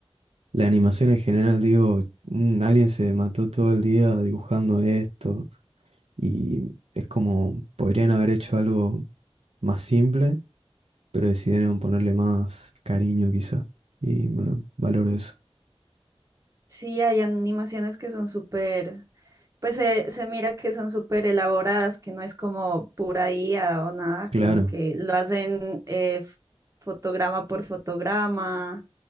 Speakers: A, on the right (about 70°); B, on the right (about 30°).
A: la animación en general, digo, "Mm, alguien se mató todo el día dibujando esto. Y es como, podrían haber hecho algo más simple, pero decidieron ponerle más cariño quizá. Y me valoro eso.
B: Sí, hay animaciones que son súper Pues se, se mira que son súper elaboradas, que no es como pura I a o nada, como
A: Claro,
B: que lo hacen eh, f- fotograma por fotograma